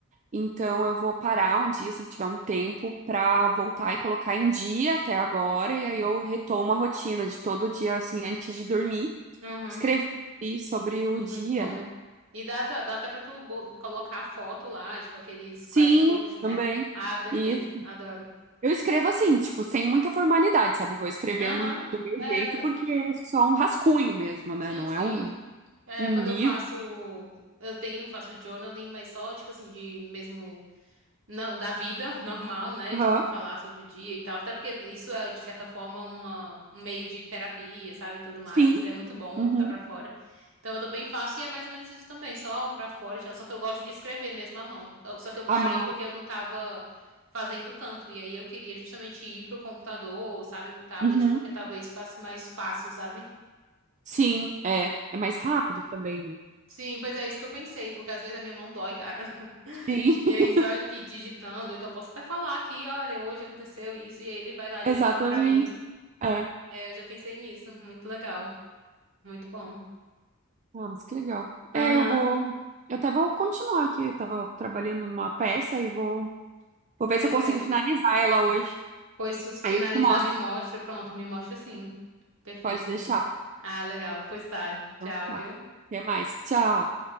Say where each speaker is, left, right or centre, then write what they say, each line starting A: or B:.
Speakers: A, on the right; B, on the right.
A: Então eu vou parar um dia, assim, que tiver um tempo, pra voltar e colocar em dia até agora. E aí eu retomo a rotina de todo dia, assim, antes de dormir,
B: Uhum.
A: escrever sobre o dia,
B: Muito bom.
A: né?
B: E dá, ta- dá até pra tu bo- colocar a foto lá, tipo aqueles scratchbooks,
A: Sim,
B: né?
A: também.
B: Ah, é perfeito.
A: E
B: Adoro.
A: eu escrevo assim, tipo, sem muita formalidade, sabe? Vou escrevendo
B: Aham.
A: do meu
B: É,
A: jeito, porque é só um rascunho mesmo, né?
B: sim,
A: Não
B: sim.
A: é um,
B: É,
A: um
B: quando
A: livro.
B: eu faço, eu tenho, faço journaling, mas só, tipo assim, de mesmo, não, da vida <laughs> normal, né?
A: Aham.
B: Tipo, falar sobre o dia e tal. Até porque isso é, de certa forma, uma, um meio de terapia, sabe? E tudo mais.
A: Sim.
B: É muito bom
A: Uhum.
B: botar pra fora. Então, eu também faço e é mais ou menos isso também, só pra fora e tal. Só que eu gosto de escrever mesmo à mão. Eu- Só que eu parei
A: À mão.
B: porque eu não tava fazendo tanto. E aí eu queria justamente ir pro computador, sabe? Pro tablet,
A: Uhum.
B: porque talvez ficasse mais fácil, sabe?
A: Sim, é. É mais rápido também, né?
B: Sim, pois é isso que eu pensei, porque às vezes a minha mão dói, cara. <laughs>
A: Sim,
B: E
A: <laughs>
B: aí, só que digitando, então posso até falar aqui, olha, hoje aconteceu isso, e aí ele vai lá digitando
A: exatamente.
B: pra mim.
A: É.
B: É, eu já pensei nisso, muito legal, muito bom.
A: Ah, mas que legal.
B: Uhum,
A: É, eu vou. Eu até vou continuar aqui. Eu tava trabalhando numa peça e vou, vou ver
B: perfeito.
A: se eu consigo finalizar ela hoje.
B: Pois se finalizar,
A: Aí eu te mostro.
B: me mostra, pronto, me mostra sim, perfeito.
A: Pode deixar.
B: Ah, legal, pois tá,
A: Então,
B: tchau,
A: tá.
B: viu?
A: Até mais. Tchau.